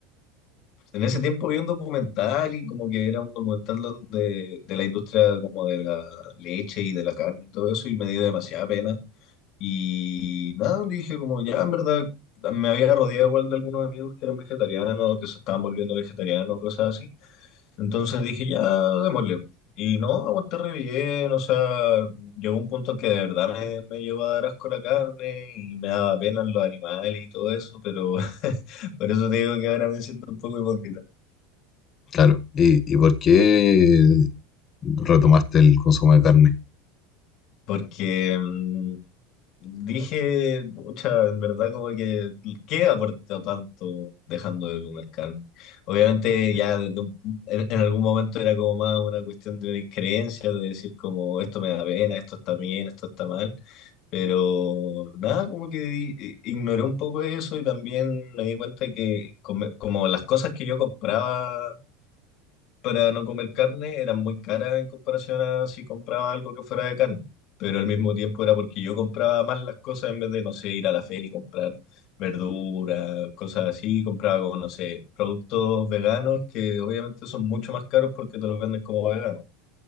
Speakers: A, on the left (about 45°); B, on the left (about 30°).
A: en ese tiempo vi un documental y como que era un documental donde, de la industria como de la leche y de la carne y todo eso y me dio demasiada pena. Y nada, dije como ya, en verdad, me había rodeado igual de algunos amigos que eran vegetarianos, que se estaban volviendo vegetarianos, cosas así. Entonces dije, ya, démosle. Y no, aguanté re bien, o sea, llegó un punto en que de verdad me, me llegó a dar asco la carne y me daba pena los animales y todo eso, pero <laughs> por eso te digo que ahora me siento un poco hipócrita.
B: claro, ¿y, y por qué retomaste el consumo de carne?
A: Porque mm, Dije, pucha, en verdad como que, ¿qué aporta tanto dejando de comer carne? Obviamente ya desde un- en, en algún momento era como más una cuestión de una creencia, de decir como esto me da pena, esto está bien, esto está mal, pero nada, como que di- ignoré un poco eso y también me di cuenta que come- como las cosas que yo compraba para no comer carne eran muy caras en comparación a si compraba algo que fuera de carne. Pero al mismo tiempo era porque yo compraba más las cosas en vez de, no sé, ir a la feria y comprar verduras, cosas así. Compraba como, no sé, productos veganos que obviamente son mucho más caros porque te los venden como veganos.